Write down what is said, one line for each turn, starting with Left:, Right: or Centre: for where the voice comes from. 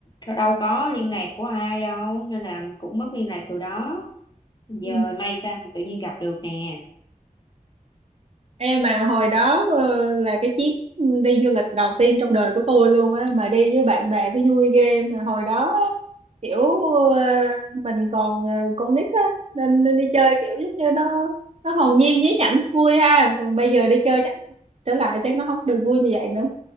Left: ờ, đâu có liên lạc của ai đâu nên là cũng mất liên lạc từ đó giờ
Right: Ừ.
Left: may sao mà tự nhiên gặp được nè
Right: Ê mà hồi đó ờ, là cái chuyến đi du lịch đầu tiên trong đời của tôi luôn á mà đi với bạn bè cái vui ghê mà hồi đó á, kiểu ờ, mình còn ờ, con nít á nên, nên đi chơi kiểu giống như nó nó hồn nhiên nhí nhảnh vui ha còn bây giờ đi chơi chắc trở lại chắc nó không được vui như vậy nữa